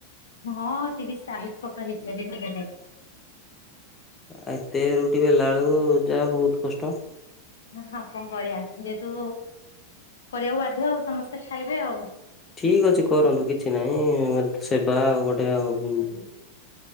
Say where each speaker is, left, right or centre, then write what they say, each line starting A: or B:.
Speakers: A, on the left; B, on the left.
A: ହଁ ତିରିଶ ଚାଳିଶ ଫଟ ହେଇଯାଏ ଦିନେ ଦିନେ।
B: ଆ ଏତେ ରୁଟି ବେଲାଳୁ କୁ ଯାହା ବହୁତ କଷ୍ଟ।
A: ହଁ କଣ କରିବା ଯେହେତୁ କରିବାକୁ ବାଧ୍ୟ ଆଉ ସମସ୍ତେ ଖାଇବେ ଆଉ।
B: ଠିକ୍ ଅଛି କରନ୍ତୁ କିଛି ନାହିଁ ସେବା ଆଉ ଗୋଟେ ଆଉ।
A: ହୁଁ।